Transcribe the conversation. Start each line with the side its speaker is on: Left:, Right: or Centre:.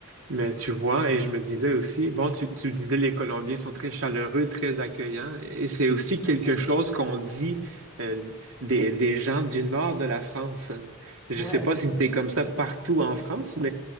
Right: Mais tu vois, et je me disais aussi, bon, tu, tu disais les Colombiens sont très chaleureux, très accueillants, et c'est aussi
Left: <laughs>
Right: quelque
Left: Mhm.
Right: chose qu'on dit euh, des, des gens du nord de la France. Je
Left: Ouais.
Right: ne sais pas si c'est comme ça partout en France, mais